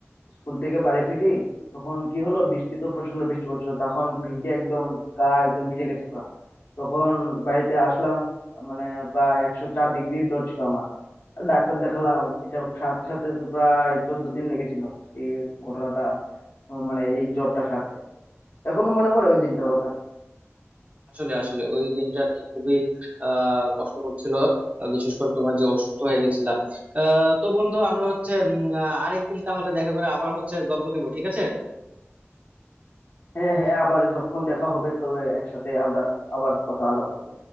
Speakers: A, on the left (about 60°); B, on the right (about 30°).
A: স্কুল থেকে বাড়ি ফিরি তখন কি হলো বৃষ্টি তো প্রচন্ড বৃষ্টি পড়ছিল তখন ভিজে একদম গা একদম ভিজে গেছে পুরো তখন বাড়িতে আসলাম মানে প্রায় একশো চার ডিগ্রি জ্বর ছিল আমার ডাক্তার দেখালাম এটা সারতে সারতে তো প্রায় চোদ্দ দিন লেগেছিল এই ঘটনাটা মানে এই জ্বরটা সারতে এখনো মনে পড়ে ওই দিনটার কথা
B: আসলে আসলে ওই দিনটা আর কি খুবই আহ কষ্টকর ছিল আহ, বিশেষ করে তোমার যে অসুস্থ হয়ে গেছিলা আহ, তো বন্ধু আমরা হচ্ছে উম, আহ, আরেকদিন তাহলে দেখা করে আবার হচ্ছে গল্প দিব ঠিক আছে
A: হ্যাঁ হ্যাঁ আবার যখন দেখা হবে তবে একসাথে আমরা আবার কথা আলাপ হবে